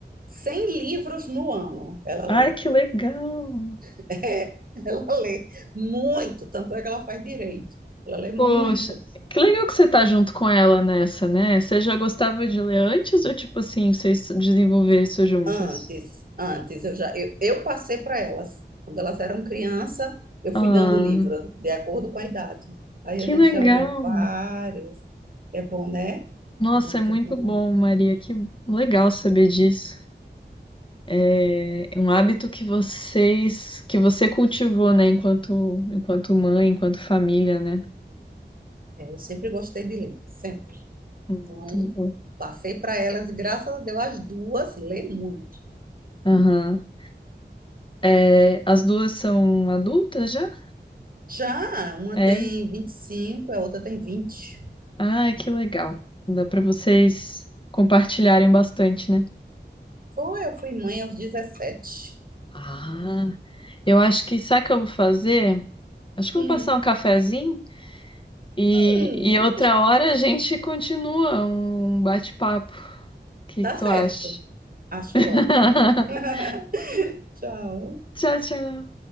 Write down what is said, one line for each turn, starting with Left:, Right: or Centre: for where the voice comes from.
Right: 100 livros no ano. Ela
Left: Ai,
Right: lê.
Left: que legal!
Right: <laughs> É, ela lê muito, tanto é que ela faz direito. Ela lê muito.
Left: Poxa, que legal que você tá junto com ela nessa, né? Você já gostava de ler antes ou tipo assim, vocês desenvolveram isso juntas?
Right: Antes, antes, eu já, eu, eu passei para elas. Quando elas eram criança, eu fui
Left: Ah,
Right: dando livro, de acordo com a idade. Aí
Left: que
Right: a gente
Left: legal!
Right: já leu vários. É bom, né?
Left: Nossa,
Right: Muito
Left: é muito
Right: bom.
Left: bom, Maria. Que legal saber disso. É um hábito que vocês, que você cultivou, né? Enquanto, enquanto mãe, enquanto família, né?
Right: É, eu sempre gostei de ler, sempre.
Left: Muito
Right: Então,
Left: bom.
Right: passei para elas e graças a Deus as duas lê muito.
Left: Aham. É, as duas são adultas já?
Right: Já uma
Left: É.
Right: tem vinte e cinco a outra tem vinte
Left: Ah, que legal. Dá para vocês compartilharem bastante, né?
Right: Foi, eu fui mãe aos dezessete
Left: Ah, eu acho que sabe o que eu vou fazer? Acho que
Right: Hum.
Left: eu vou passar um cafezinho e,
Right: Hum,
Left: e outra hora a gente continua um bate-papo. O que
Right: tá
Left: que tu
Right: certo.
Left: acha?
Right: Acho
Left: <laughs>
Right: ótimo. <laughs> Tchau.
Left: Tchau, tchau.